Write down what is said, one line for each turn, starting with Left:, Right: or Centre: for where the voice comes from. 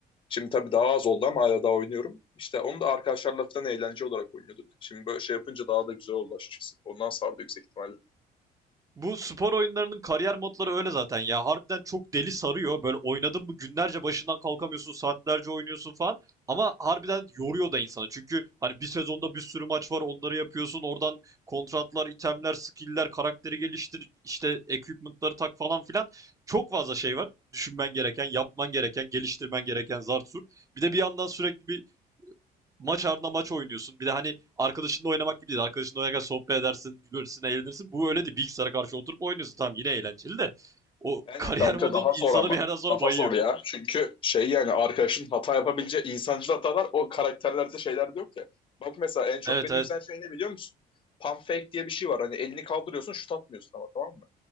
Left: Şimdi tabii daha az oldu ama hala daha oynuyorum. İşte onu da arkadaşlarla falan eğlence olarak oynuyorduk. Şimdi böyle şey yapınca daha da güzel oldu açıkçası. Ondan sardı yüksek ihtimalle.
Right: Bu spor oyunlarının kariyer modları öyle zaten ya. Harbiden çok deli sarıyor. Böyle oynadın mı günlerce başından kalkamıyorsun, saatlerce oynuyorsun falan. Ama harbiden yoruyor da insanı. Çünkü hani bir sezonda bir sürü maç var, onları yapıyorsun. Oradan kontratlar, itemler, skill'ler, karakteri geliştir, işte equipment'ları tak falan filan. Çok fazla şey var. Düşünmen gereken, yapman gereken, geliştirmen gereken zart surt. Bir de bir yandan sürekli bir maç ardına maç oynuyorsun. Bir de hani arkadaşınla oynamak gibi değil. Arkadaşınla oynarken sohbet edersin, gülersin, eğlenirsin. Bu öyle değil. Bilgisayara karşı oturup oynuyorsun. Tamam yine eğlenceli de. O
Left: Aynen
Right: kariyer
Left: kanka
Right: modu
Left: daha zor
Right: insanı
Left: ama.
Right: bir yerden sonra
Left: Daha
Right: bayıyor.
Left: zor ya. Çünkü şey yani arkadaşın hata yapabileceği insancıl hatalar o karakterlerde şeyler de yok ya. Bak mesela en çok
Right: Evet
Left: beni
Right: evet.
Left: üzen şey ne biliyor musun? Pump fake diye bir şey var. Hani elini kaldırıyorsun şut atmıyorsun ama tamam mı?